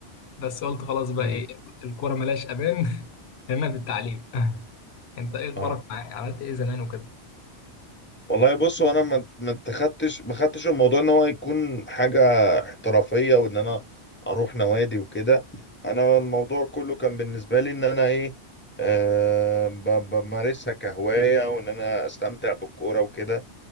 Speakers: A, on the left; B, on the left.
A: بس قلت خلاص بقى
B: م.
A: ايه الكوره ملهاش امان <laughs> هنا في التعليم <laughs> انت ايه اخبارك
B: اه
A: مع عملت ايه زمان وكده
B: والله بص هو انا ما ما اتخدتش ما خدتش الموضوع ان هو يكون حاجه احترافيه وان انا اروح نوادي وكده انا الموضوع كله كان بالنسبه لي ان انا ايه أه ب- بمارسها كهوايه وان انا استمتع بالكوره وكده